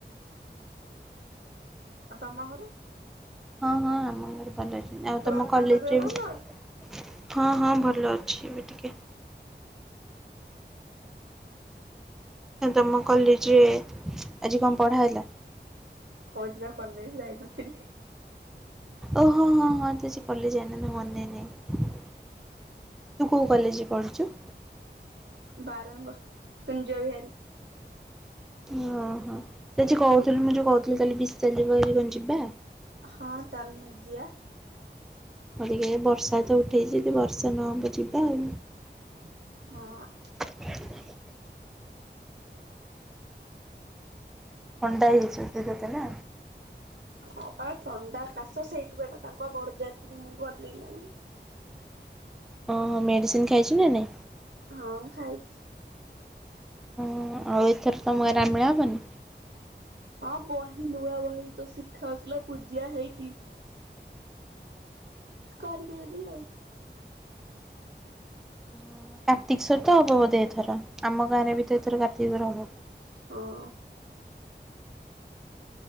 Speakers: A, on the right (about 65°); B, in the centre.
A: ଆଉ ତମ ଘରେ?
B: ହଁ ହଁ ଆମ ଘରେ ଭଲ ଅଛନ୍ତି ଆଉ
A: ତୋ
B: ତମ
A: ବାପାଙ୍କ
B: କଲେଜରେ
A: ଦେହ ଭଲ
B: ବି
A: ଅଛି
B: ହଁ ହଁ ଭଲ ଅଛି ଏବେ ଟିକେ। ତମ କଲେଜରେ ଆଜି କଣ ପଢ଼ା ହେଲା?
A: କଉଚିପା କଲେଜ ଯାଇନଥିଲି।
B: ଓ ହୋ ହୋ ହଁ ତୁ ଆଜି କଲେଜ ଯାଇନୁନା ମନେ ନାହିଁ। ତୁ କୋଉ କଲେଜ୍‌ରେ ପଢ଼ୁଛୁ?
A: ବାରଙ୍ଗ କୁଞ୍ଜ ବିହାରୀ?
B: ଓହୋ ତୁ ଆଜି କହୁଥିଲୁ ମୁଁ ଯୋଉ କହୁଥିଲି କାଲି ପିସ୍ତା ଯିବା ବୋଲି କଣ ଯିବା?
A: ହଁ ଚାଲୁନୁ ଯିବା।
B: ଅବିକା ବର୍ଷା ତ ଉଠେଇଛି ଯଦି ବର୍ଷା ନହବ ଯିବା ଆଉ।
A: ହଁ।
B: କେବେ ନାଇ ଥଣ୍ଡା ହେଇଛି ତତେ ନା।
A: ହଁ ପା ଥଣ୍ଡା କାଶ ସେଇଥି ପାଇଁ ତାଙ୍କ ବରଯାତ୍ରୀ ମୁଁ ଗଲି ନାହିଁ। ହଁ କି
B: ଅହୋ ମେଡ଼ିସିନ୍‌ ଖାଇଛୁ ନା ନାଇଁ।
A: ହଁ ଖାଇଛି।
B: ହଁ ଆଉ ଏଥର ମେଳା ହେବନି?
A: ହଁ ବହି ନୂଆ ବହି ତ ଶିଖା ହେଉଥିଲା ପୂଜା ହେଇଚି କରିବେ ଯଦି ଆଉ
B: ଓ କାର୍ତ୍ତିକ୍ଵର ତ ହବ ବୋଧେ ଏଥର ଆମ ଗାଁରେ ବି ତ ଏଥର କାର୍ତ୍ତିକ୍ଵର ହବ
A: ହଁ।